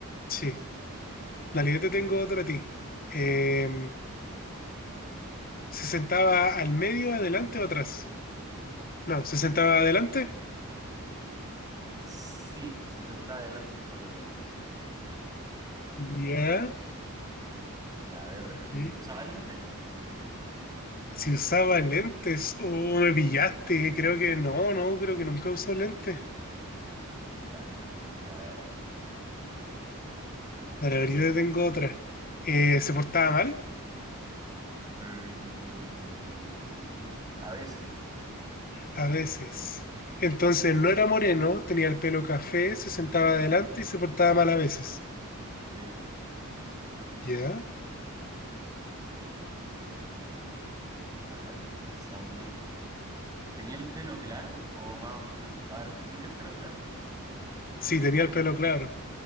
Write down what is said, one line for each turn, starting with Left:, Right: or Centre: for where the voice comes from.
Left: Sí. Dale, yo te tengo otra a ti. Eh, ¿se sentaba al medio, adelante o atrás? No, ¿se sentaba adelante?
Right: Sí, se sentaba adelante, si no me recuerdo.
Left: Ya.
Right: Ya, a ver, él
Left: sí.
Right: ¿usaba lente?
Left: Si usaba lentes, uh, me pillaste. Creo que no, no, creo que nunca usó lentes.
Right: Ya, ya, dale.
Left: Para ver, yo te tengo otra. Eh, se portaba mal,
Right: Mm, a veces.
Left: a veces. Entonces no era moreno, tenía el pelo café, se sentaba adelante y se portaba mal a veces.
Right: Sí.
Left: ¿Ya?
Right: A ver, estoy pensando. ¿Tenía el pelo claro o más oscuro? A ver, ¿tenía el pelo claro?
Left: Sí, tenía el pelo claro.